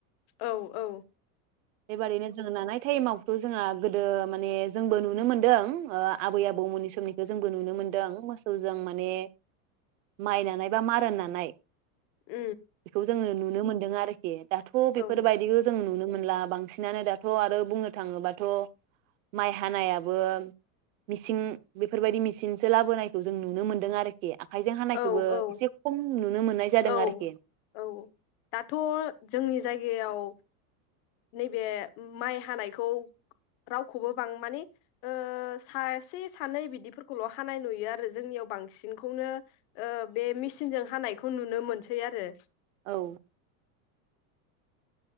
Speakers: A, on the left (about 50°); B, on the right (about 60°).
A: औ औ।
B: बेबादिनो जोङो नानाय टाइमावथ' जोंहा गोदो माने जोंबो नुनो मोनदों। आबै आबौमोननि समनिखौ जोंबो नुनो मोनो मोसौजों माइ माने माइ नानाय बा मारा नानाय।
A: उम
B: बेखौ जोङो नुनो मोन्दों आरो। दाथ' बेफोर
A: औ
B: बायदिखौ जों नुनो मोनला बांसिनानो दाथ' आरो बुंनो थाङोबाथ' माइ हानायाबो मिसिन बेफोरबायदि मिसिनसो लाबोनायखौ जों नुनो मोनो। दों आरोखि। आखाइजों हानायखौबो
A: औ औ
B: एसे खम नुनो मोननाय जादों
A: औ
B: आरोखि
A: औ दाथ' जोंनि जायगायाव नैबे माइ हानायखौ रावखौबो बां माने सासे सानै बिदिफोरखौल' हानाय नुयो आरो जोंनियाव बांसिनखौनो बे मेचिनजों हानायखौ नुनो मोनसै आरो।
B: औ।